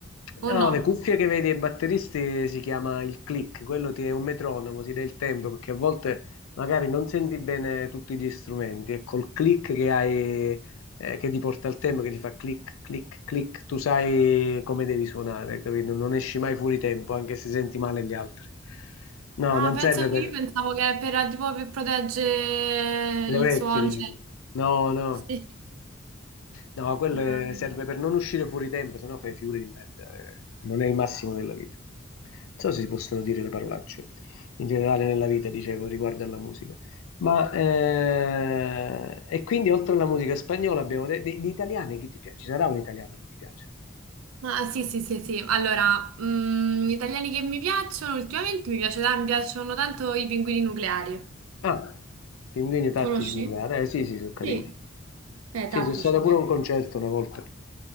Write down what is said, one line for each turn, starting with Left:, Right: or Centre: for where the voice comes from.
Right: O
Left: No,
Right: no?
Left: le cuffie che vedi ai batteristi si chiama il click, quello ti è un metronomo, ti dà il tempo perché a volte magari non senti bene tutti gli strumenti e col click che hai, eh, che ti porta al tempo, che ti fa click, click, click, tu sai come devi suonare, capito? Non esci mai fuori tempo anche se senti male gli altri. No,
Right: Ah,
Left: non
Right: penso
Left: serve
Right: che
Left: per...
Right: io pensavo che per, tipo, per proteggere
Left: Le
Right: il
Left: orecchie,
Right: suono.
Left: dici
Right: Cioè...
Left: tu. No, no,
Right: Sì.
Left: no, quello
Right: Ah,
Left: è-
Right: vedi.
Left: serve per non uscire fuori tempo, sennò fai figure di merda. eh. Non è il massimo della vita. Non so se si possono dire le parolacce in generale nella vita, dicevo, riguardo alla musica. Ma eh, e quindi oltre alla musica spagnola abbiamo detto di, di italiani chi ti piace? Ci sarà un italiano che ti piace?
Right: Ma ah, sì, sì, sì, sì. Allora, mm, gli italiani che mi piacciono, ultimamente mi piace tan- mi piacciono tanto i pinguini nucleari.
Left: Ah, Pinguini Tattici
Right: Conosci?
Left: Nucleari. Eh sì, sì, sono carini.
Right: Sì, eh,
Left: Sì,
Right: tattici,
Left: sono stato
Right: è vero.
Left: pure a un concerto una volta.